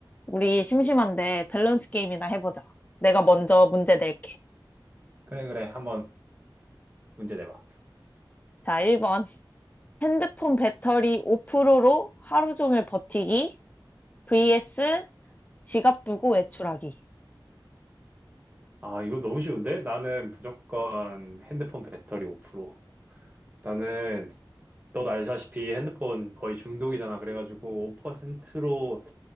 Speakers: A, on the left (about 20°); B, on the right (about 20°).
A: 우리 심심한데 밸런스 게임이나 해보자. 내가 먼저 문제 낼게.
B: 그래, 그래. 한번 문제 내봐.
A: 자, 1번. 핸드폰 배터리 5%로 하루 종일 버티기 vs 지갑 두고 외출하기.
B: 아, 이거 너무 쉬운데? 나는 무조건 핸드폰 배터리 5%. 나는, 너도 알다시피 핸드폰 거의 중독이잖아. 그래가지고 5%로